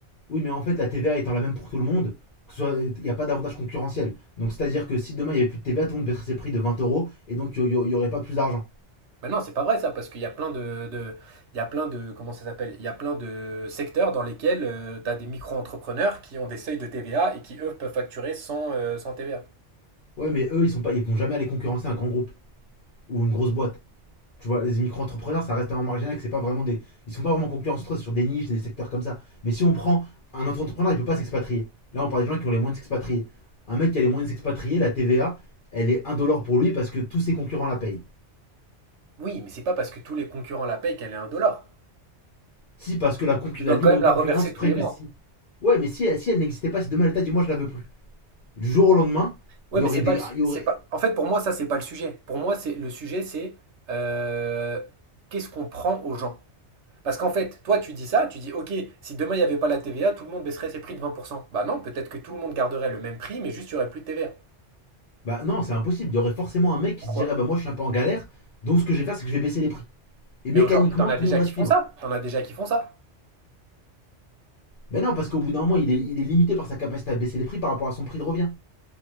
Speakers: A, on the left; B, on the right.
A: Oui, mais en fait, la TVA étant la même pour tout le monde, que ce soit- il n'y a pas d'avantage concurrentiel. Donc, c'est-à-dire que si demain il n'y avait plus de TVA, tout le monde baisserait ses prix de 20 euros et donc il n'y aurait pas plus d'argent.
B: Mais non, c'est pas vrai ça, parce qu'il y a plein de, de- il y a plein de, comment ça s'appelle? Il y a plein de secteurs dans lesquels tu as des micro-entrepreneurs qui ont des seuils de TVA et qui, eux, peuvent facturer sans, euh, sans TVA.
A: Ouais, mais eux, ils sont pas, ils vont jamais aller concurrencer un grand groupe ou une grosse boîte. Tu vois, les micro-entrepreneurs, ça reste un marginal, que c'est pas vraiment des. Ils sont pas vraiment concurrentiels sur des niches, des secteurs comme ça. Mais si on prend un autre entrepreneur, il peut pas s'expatrier. Là, on parle des gens qui ont les moyens de s'expatrier. Un mec qui a les moyens de s'expatrier, la TVA, elle est 1$ pour lui parce que tous ses concurrents la payent.
B: Oui, mais c'est pas parce que tous les concurrents la payent qu'elle est un dollar.
A: Si, parce que la, concu-
B: Tu
A: la
B: dois
A: libre
B: quand même la
A: concurrence
B: reverser
A: ferait
B: tous les
A: que
B: mois.
A: si Ouais, mais si, si elle n'existait pas, si demain elle t'a dit moi je la veux plus, du jour au lendemain,
B: Ouais,
A: il y
B: mais
A: aurait
B: c'est
A: des.
B: pas le,
A: Il y
B: c'est
A: aurait...
B: pas. En fait, pour moi, ça, c'est pas le sujet. Pour moi, c'est le sujet, c'est euh, qu'est-ce qu'on prend aux gens. Parce qu'en fait, toi, tu dis ça, tu dis, ok, si demain il n'y avait pas la TVA, tout le monde baisserait ses prix de 20%. Bah non, peut-être que tout le monde garderait le même prix, mais juste il n'y aurait plus de TVA.
A: Bah non, c'est impossible. Il y aurait forcément un mec qui
B: Pourquoi?
A: se dirait bah moi je suis un peu en galère, donc ce que je vais faire c'est que je vais baisser les prix. Et mécaniquement
B: Mais aujourd'hui, t'en as
A: tout
B: déjà
A: le monde va
B: qui
A: suivre.
B: font ça. T'en as déjà qui font ça.
A: Mais non, parce qu'au bout d'un moment il est, il est limité par sa capacité à baisser les prix par rapport à son prix de revient.